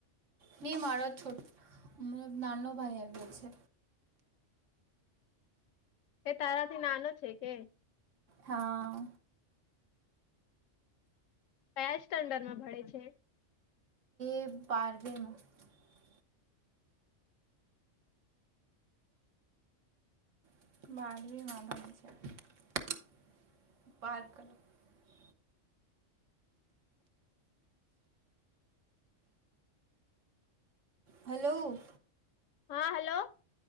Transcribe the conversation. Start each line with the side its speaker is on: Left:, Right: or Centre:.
Right: નહી મારો છોટ નાનો ભાઈ આવ્યો છે.
Left: એ તારાથી નાનો છે, કે
Right: હા
Left: કયા સ્ટન્ડર્માં <unintelligible> છે.
Right: <unintelligible> <inaudible> હલો
Left: હા હલો